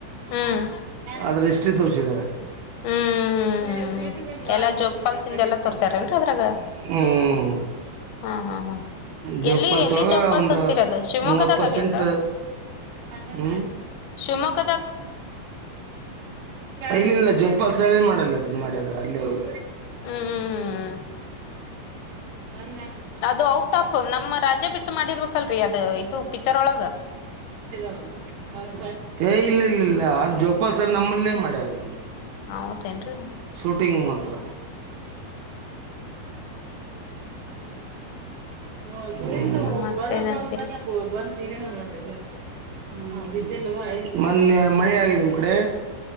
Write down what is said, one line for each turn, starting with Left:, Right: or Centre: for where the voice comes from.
Left: ಹ್ಮ್
Right: ಅದ್ರ ಇಸ್ಟ್ರಿ ತೋರ್ಸಿದರೆ.
Left: ಹ್ಮ್
Right: <unintelligible>
Left: ಎಲ್ಲಾ ಜೋಗಪಾಲ್ಸಿಂದ ಎಲ್ಲಾ ತೋರ್ಸಾರೇನ್ರಿ
Right: ಹ್ಮು
Left: ಅದ್ರಾಗ ಹಾ ಹಾ ಹಾ
Right: ಜೋಗಪಾಲ್
Left: ಎಲ್ಲಿ ಎಲ್ಲಿ
Right: ಒಳ್ಗ
Left: ಜೋಗ್ ಫಾಲ್ಸ್
Right: ಒಂದು
Left: ಅಂತಿರೋದು ಶಿವಮೊಗ್ಗದಾಗ
Right: ಮೂವತ್ ಪರ್ಸೆಂಟ್
Left: ಆಗೇತ
Right: ಹ್ಮ -
Left: ಶಿವಮೊಗ್
Right: ಇಲ್ಲಿಲ್ಲಾ ಜೊಗ್ ಪಾಲ್ಸ್ <unintelligible> ಮಾಡ್ಯದ್ರ ಅಲ್ಲೇ ಹೋಗಿ.
Left: ಹ್ಮ್ ಹ್ಮ್
Right: ಅ
Left: ಅದು ಔಟ್ ಆಫ್ ನಮ್ಮ ರಾಜ್ಯ ಬಿಟ್ಟು ಮಾಡಿರ್ಬೇಕಲ್ರರಿ ಅದ ಇದು ಪಿಕ್ಚರ್ ಒಳಗ
Right: <unintelligible> <unintelligible> ಏ ಇಲ್ ಇಲ್ ಇಲ್ಲ ಅ ಜೋಗ್ ಫಾಲ್ಸ್ ನಮ್ಮನ್ ಮಾಡ್ಯಾರದನ.
Left: ಹೌದೇನ್ರೀ
Right: ಶೂಟಿಂಗ್ ಮಾತ್ರ ಹ್ಮ <unintelligible>
Left: ಮತ್ತೇನಂತೀರಿ
Right: ಮೊನ್ನೆ ಮಳೆ ಆಗಿದ್ ನಿಮ್ ಕಡೆ